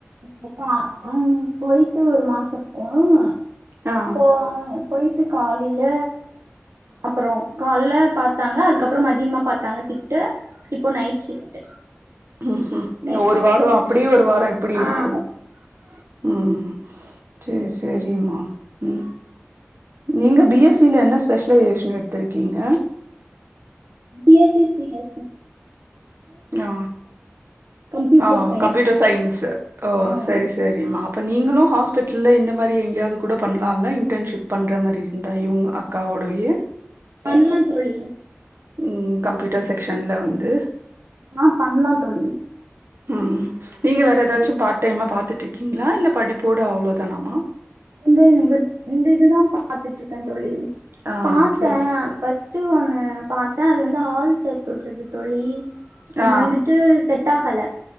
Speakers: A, on the right (about 70°); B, on the right (about 55°).
A: போய்ட்டா ம் போய்ட்டு ஒரு மாசோருக்குல மா
B: ஆ
A: போயி போய்ட்டு காலைல அப்றோ கால்ல பாத்தாங்க அதுக்கப்றோ மதியமா பாத்தாங்க ஷிப்ட்டு இப்போ நைட் ஷிப்ட்டு
B: உ ஹும் இந்த
A: நேத்துல
B: ஒரு வாரோ
A: இருந்து
B: அப்டி
A: நைட் ஷிப்ட்டு
B: ஒரு வாரோ இப்டியு
A: ஆ
B: இருக்கணு ம் சேர் சேரிம்மா ம் நீங்க பி
A: ஓகே
B: எஸ் சி ல என்ன ஸ்பெஷல் ஏஷன் எடுத்திருக்கீங்க
A: B S C C S தா
B: ஆ
A: கம்ப்யூட்டர்
B: ஓ
A: சயின்ஸ்
B: கம்யூட்டர் சைன்ஸ்ஸு ஓ
A: ஆ
B: செரி செரிம்மா அப்போ நீங்களு ஹாஸ்பிட்டல்ல இந்த மாரி எங்கயாது கூட பண்லான்ல இன்டர்ன்ஷிப் பண்ற மாரி இருந்தா இவுங்க அக் காவுடவிய
A: பண்லா தோழி
B: ம் கம்ப்யூட்டர் செக்க்ஷன்ல வந்து
A: ஆ பண்லா தோழி
B: ம் நீங்க வேற எதாச்சு பார்ட் டைமா பாத்துட்ருக்கீங்களா இல்ல படிப்போட அவ்ளோதானாமா
A: <unintelligible> இந்த இது தா பாத்துட்ருக்கே தோழி
B: ஆ
A: பாத்தே
B: சரி ச
A: ஃபர்ஸ்ட்டு ஒண்ணு பாத்தே அது வந்து ஆள் சேத்துவுட்றது தோழி அது
B: ஆ
A: வந்துட்டு செட் ஆகல